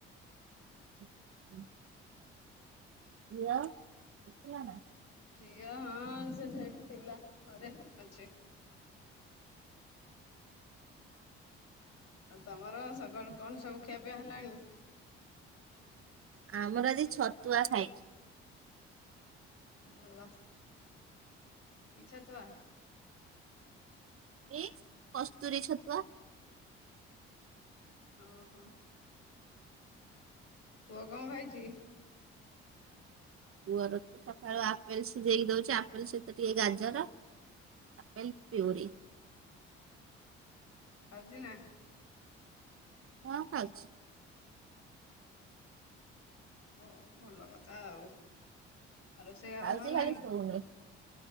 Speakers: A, on the right; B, on the left.
A: ହୁଁ। ଝିଅ ଥିଲା ନା?
B: ଝିଅ ହଁ ସେ ସେଠି ଥିଲା ଘରେ ଅଛି। ଆଉ ତମର ସକାଳୁ କଣ ସବୁ ଖିଆ ପିଆ ହେଲାଣି।
A: ଆମର ଆଜି ଛତୁଆ ଖାଇଚୁ।
B: ଭଲ। କି ଛତୁଆ?
A: ଇଯି କସ୍ତୁରୀ ଛତୁଆ।
B: ଓହୋ। ପୁଅ କ ଖାଇଛି?
A: ପୁଅର ତ ସଖାଳୁଆ। ଆପେଲ ସିଝେଇକି ଦଉଛି ଆପେଲ ସହିତ ଟିକେ ଗାଜର ଆପେଲ ପ୍ୟୁରି।
B: ଖାଉଛି ନା?
A: ହଁ ଖାଉଛି।
B: ଓ ଭଲ କଥା ଆଉ ରୋଷେଇ
A: ଖାଉଛି
B: ଆରମ୍ଭ ହେଲାଣି?
A: ଖାଲି ଶୋଉନି।